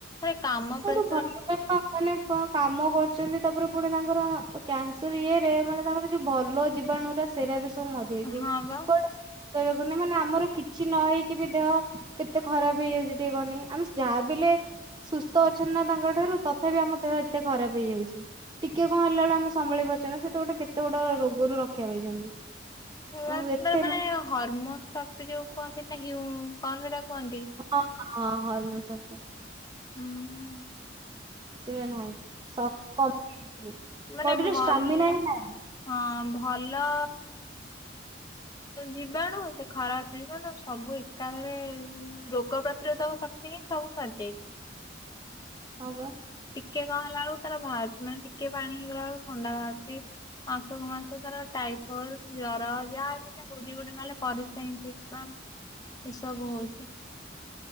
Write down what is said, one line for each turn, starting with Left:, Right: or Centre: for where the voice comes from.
Left: ରେ କାମ।
Right: କଉଠୁ
Left: ପ୍ରେସର
Right: ଭଲ। ମାନେ କଣ କାମ କରୁଛନ୍ତି ତାପରେ ପୁଣି ତାଙ୍କର କ୍ୟାନସର ଇଏ ରେ ମାନେ ତାଙ୍କର। ଯୋଉ ଭଲ ଜିବାଣୁୁରା ସେଇଟା ବି ସବୁ ମଜା ହେଇଛି
Left: ହଁ ବା
Right: କୁଆଡେ। ରହିବାକୁନି ମାନେ ଆମର କିଛି ନ ହେଇକି ବି ଦେହ କେତେ ଖରାପ ହେଇଯାଉଛି ଟିକେ କହନି। ଆମେ ଯାହା ବିହେଲେ ସୁସ୍ଥ ଅଛନ୍ତି ନା ତାଙ୍କ ଠାରୁ ତଥାପି ଆମ ଦେହ ଏତେ ଖରାପ ହେଇଯାଉଛି। ଟିକେ କଣ ହେଲା ବେଳେ ଆମେ ସମ୍ଭାଳି ପାରୁଛେ ନା ସେତ ଗୋଟେ କେତେ ବଡ ରୋଗରୁ ରକ୍ଷା ପାଇଛନ୍ତି।
Left: ହେଲା
Right: ଆଉ ଏତେ
Left: ମାନେ ହରମୋନ ଶକ୍ତି ଯୋଉ କୁହନ୍ତି ନା ହ କଣ ସେଟା କୁହନ୍ତି।
Right: ହଁ ହଁ ହଁ ହର୍ମୋନ୍ ଶକ୍ତି।
Left: ହୁଁ।
Right: ସେୟା ନାହିଁ
Left: ମାନେ
Right: ବଡିର
Left: ଭଲ
Right: ଷ୍ଟାମିନା ହଁ ନାହିଁ।
Left: ହଁ ଭଲ। ଯିବାଣୁ, ସେ ଖରାପ ଯିବାଣୁ ସବୁ ଏକା ଥରେ ରୋଗ ପ୍ରତିରୋଧକ। ସେ ସବୁ ସରିଜଇଛି।
Right: ହଁ ବା।
Left: ଟିକେ କଣ ହେଲା ଵେଲୁକୁ ତାର ବାହାରୁଛି। ମାନେ ଟିକେ ପାଣି ହେଇଗଲା ବେଳକୁ ଥଣ୍ଡା ବାହାରୁଛି। ମାସକୁ ମାସ ତାର ଟାଇଫଏଡ ଜର ଯାହା ବି ହେଲେ ହଉଚି, ଗୋଟେ ନହେଲେ ପରିସା ଇନଫେକ୍ସନ ଏସବୁ ହଉଛି।